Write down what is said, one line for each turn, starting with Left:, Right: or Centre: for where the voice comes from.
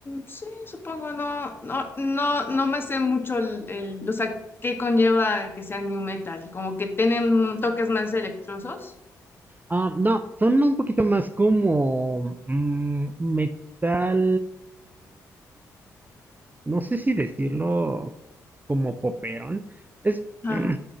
Left: sí, supongo, no, no, no, no me sé mucho el, el- o sea, qué conlleva que sea new metal, como que tienen toques más electrosos.
Right: ah, no, son un poquito más como mm, metal, no sé si decirlo como poperón. Es, <clears throat>
Left: Ah,
Right: mm,